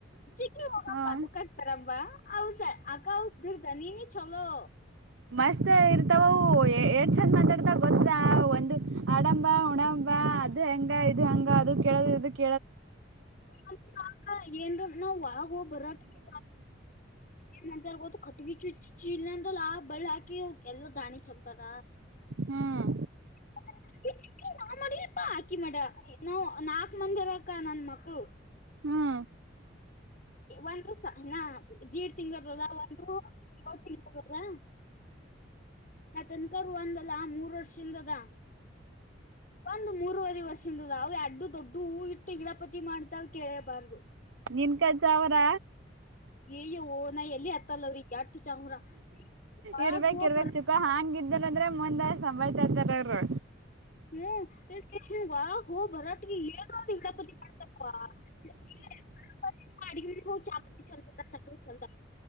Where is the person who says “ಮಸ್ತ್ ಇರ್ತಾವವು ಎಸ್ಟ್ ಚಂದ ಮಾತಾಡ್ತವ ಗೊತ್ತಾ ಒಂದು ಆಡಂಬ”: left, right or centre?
Right